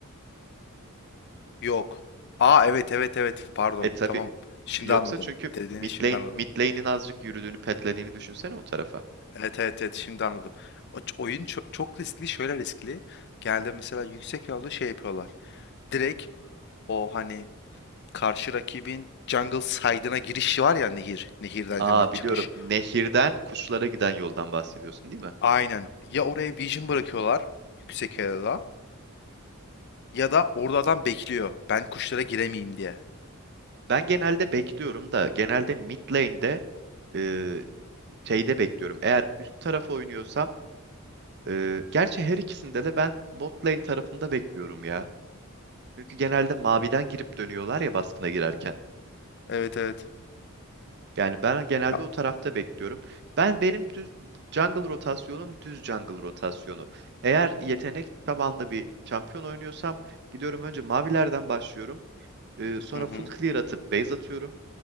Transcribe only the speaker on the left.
Yok. Aa evet evet evet pardon.
Tamam. Şimdi
anladım.
Dediğini
şimdi
anladım.
Evet evet evet şimdi anladım. O, ç- oyun çok, çok riskli şöyle riskli. Genelde mesela yüksek level'da şey yapıyorlar. Direkt o hani karşı rakibin jungle side'ına giriş var ya nehir. Nehirden
hemen çıkış.
Aynen. Ya oraya vision bırakıyorlar yüksek level'da ya da orada adam bekliyor. Ben kuşlara giremeyeyim diye.
Evet evet.
Ya.
Hı hı.